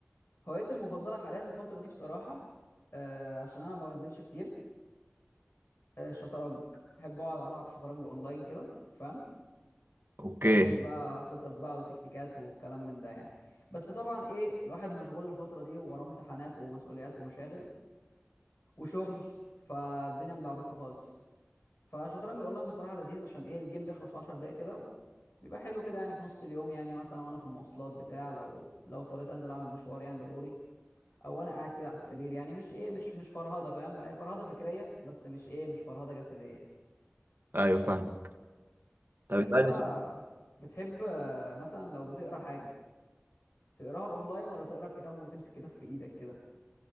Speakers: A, on the left (about 75°); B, on the right (about 60°).
A: هوايتي المفضله حاليا الفتره دي بصراحه آه عشان انا ما بنزلش كتير آه، الشطرنج بحب اقعد العب شطرنج اونلاين كده فاهم
B: اوكي
A: وادرس بقى خطط بقى وتكتيكات والكلام من ده يعني بس طبعا ايه الواحد مشغول الفترة دي وراه امتحانات ومسؤوليات ومشاغل وشغل فالدنيا ملعبكة خالص فالشطرنج الاونلاين بصراحة لذيذ عشان ايه الجيم بيخلص في 10 دقايق كده بيبقى حلو كده يعني في نص اليوم يعني مثلا وانا في المواصلات بتاع لو لو اضطريت انزل اعمل مشوار يعني ضروري او وانا قاعد كده على السرير يعني مش ايه مش مش فرهدة فاهم هي فرهدة فكرية بس مش ايه مش فرهدة جسدية يعني.
B: ايوه فاهمك طب
A: انت
B: اسالني
A: بقى
B: سؤال
A: بتحب آه، مثلا لو بتقرا حاجة تقراها اونلاين ولا تقرا الكتاب وتمسك كتاب في ايدك كده